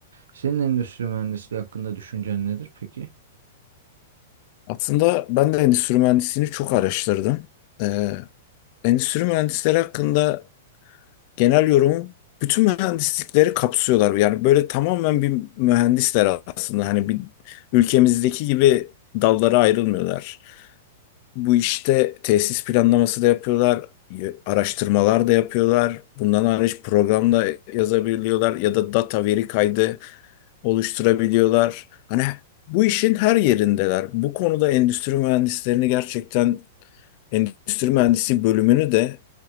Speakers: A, on the right (about 80°); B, on the left (about 50°).
A: Senin endüstri mühendisliği hakkında düşüncen nedir peki?
B: Aslında ben de endüstri mühendisliğini çok araştırdım. Ee, endüstri mühendisleri hakkında genel yorumu bütün mühendislikleri kapsıyorlar. Yani böyle tamamen bir mühendisler aslında. Hani bir ülkemizdeki gibi dallara ayrılmıyorlar. Bu işte tesis planlaması da yapıyorlar, y- araştırmalar da yapıyorlar. Bundan hariç program da yazabiliyorlar ya da data veri kaydı oluşturabiliyorlar. Hani bu işin her yerindeler. Bu konuda endüstri mühendislerini gerçekten endüstri mühendisi bölümünü de